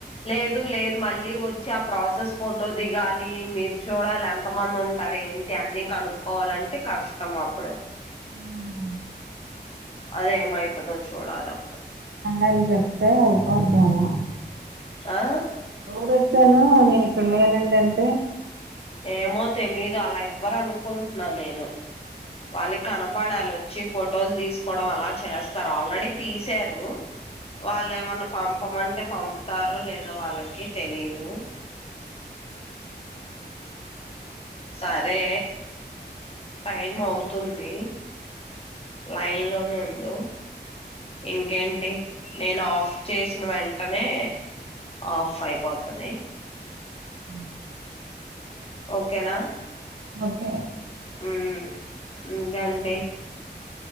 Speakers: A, on the left; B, on the right.
A: లేదు లేదు మళ్ళీ ఓచ్చి ఆ ప్రాసెస్ ఫోటో దిగాలి మీరు చూడాలం తమంది ఉంటారు ఏంటి అన్నీ కనుక్కోవాలంటే కష్టం అప్పుడు
B: హుమ్
A: అదేమై తదో చోడాలాఅప్
B: అది చెపితే పోతానా
A: ఆ
B: ఎప్పుడతనావ్ నేను ఇక్కడ లేనండంటే
A: ఏమొ తెలీదు అలా ఇవ్వరు అనుకుంటున్నా నేను వాళ్ళకి కనబడాల వచ్ వచ్చి ఫొటోలు తీసుకోవడం అలా చేస్తారు ఆల్రెడీ తీసారు వాళ్ళ ఏమన్నా పంపమంటే టె పంపుతారో లేదో వాళ్ళకి తెలిదు దు సరే టైం అవుతుంది లైన్ లోనుండు ఇంకేంటి నేను ఆఫ్ చేసిన వెంటనే ఆఫ్ అయిపోతది
B: హుమ్
A: ఓకేనా
B: ఓకే
A: హుమ్ ఇంకేంటి